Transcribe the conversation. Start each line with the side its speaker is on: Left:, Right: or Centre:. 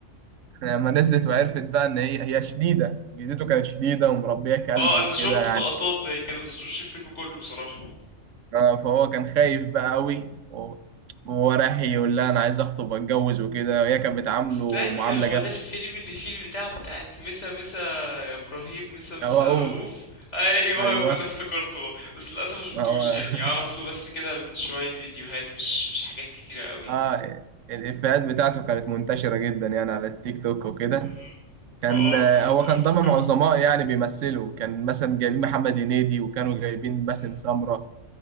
Right: لما نزلت وعرفت بقى ان هي هي شديده جدته كانت شديده ومربيه كلب
Left: اه
Right: وكده
Left: انا شفت
Right: يعني.
Left: لقطات زي كده بس مشوفش الفيلم كله بصراحة
Right: آه، فهو كان خايف بقى قوي و- وهو راح يقول لها انا عايز اخطب واتجوز وكده وهي كانت بتعامله
Left: ثانية
Right: معامله
Left: هو
Right: جافه
Left: ده الفيلم اللي فيه البتاع بتاعت مسا مسا يا ابراهيم مسا مسا
Right: هو اوف
Left: رؤوف ايوه
Right: ايوه
Left: هو ده افتكرته بس للاسف ما شفتوش
Right: ما هو
Left: يعني اعرف
Right: <laughs>
Left: له بس كده من شوية فيديوهات مش مش حاجات كتيرة قوي
Right: اه الافيهات بتاعته كانت منتشره جدا يعني على التيك توك وكده
Left: مم.
Right: كان
Left: ما اه
Right: آه،
Left: فعلا
Right: هو
Left: عرفته
Right: كان ضمن
Left: بكده
Right: عظماء يعني بيمثلوا كان مثلا جايبين محمد هنيدي وكانوا جايبين باسم
Left: مم.
Right: سمره